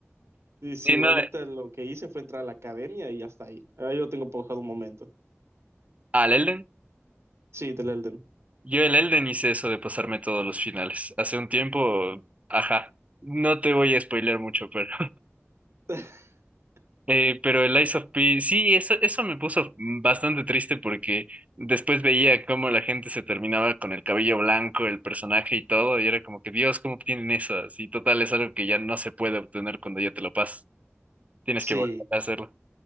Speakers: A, on the right; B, on the right.
A: Sí,
B: Sí,
A: sí,
B: no,
A: ahorita lo que hice fue entrar a la academia y hasta ahí. Ahí lo tengo pausado un momento.
B: al Elden.
A: Sí, del Elden.
B: Yo el Elden hice eso de pasarme todos los finales. Hace un tiempo, ajá. No te voy a spoilear mucho, pero
A: <laughs>
B: Eh, pero el Lies of P, sí, eso, eso me puso bastante triste porque después veía cómo la gente se terminaba con el cabello blanco, el personaje y todo, y era como que, Dios, ¿cómo tienen eso? Así, total, es algo que ya no se puede obtener cuando ya te lo pasas. Tienes
A: Sí,
B: que volver a hacerlo.